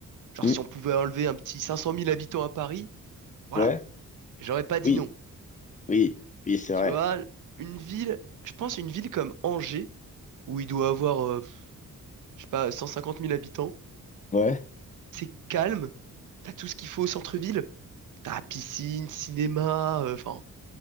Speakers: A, on the right (about 65°); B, on the left (about 25°).
A: genre
B: Hmm,
A: si on pouvait enlever un petit 500 000 habitants à Paris, voilà,
B: Ouais,
A: j'aurais pas dit
B: oui,
A: non.
B: oui, oui, c'est
A: Tu
B: vrai.
A: vois, une ville, je pense une ville comme Angers, où il doit avoir euh, je sais pas, 150 000 habitants.
B: Ouais,
A: C'est calme, t'as tout ce qu'il faut au centre-ville. T'as piscine, cinéma, euh, enfin,